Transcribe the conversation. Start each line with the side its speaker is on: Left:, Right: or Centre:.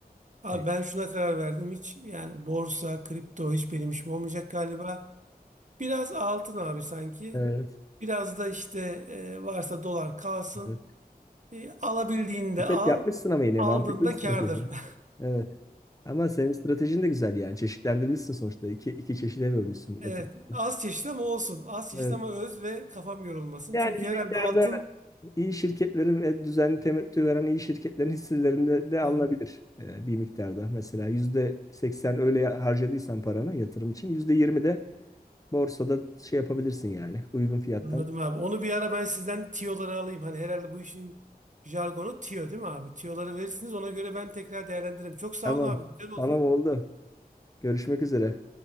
Right: abi
Left: Evet.
Right: ben şuna karar verdim. Hiç yani borsa, kripto hiç benim işim olmayacak galiba. Biraz altın abi sanki.
Left: Evet.
Right: Biraz da işte e, varsa dolar kalsın.
Left: Evet.
Right: E, alabildiğinde
Left: Evet,
Right: al.
Left: yapmışsın ama yine
Right: Aldığında
Left: mantıklı bir strateji.
Right: kârdır. <laughs>
Left: Evet. Ama senin stratejin de güzel yani. Çeşitlendirmişsin sonuçta. İki, iki çeşide bölmüşsün
Right: Evet.
Left: yatırımları.
Right: Az çeşit ama olsun. Az çeşit
Left: Evet.
Right: ama öz ve kafam yorulmasın.
Left: Yani
Right: Çünkü
Left: bir
Right: herhalde
Left: miktarda
Right: altın
Left: iyi şirketlerin ve düzenli temettü veren iyi şirketlerin hisselerinde de alınabilir
Right: He,
Left: e, bir miktarda. Mesela %80 öyle harcadıysan parana yatırım için %20 de Borsada şey yapabilirsin yani uygun fiyattan.
Right: anladım abi. Onu bir ara ben sizden tiyoları alayım. Hani herhalde bu işin jargonu tiyo değil mi abi? Tiyoları verirsiniz. Ona göre ben tekrar değerlendiririm. Çok sağ
Left: Tamam.
Right: olun abi. Güzel oldu.
Left: Tamam oldu. Görüşmek üzere.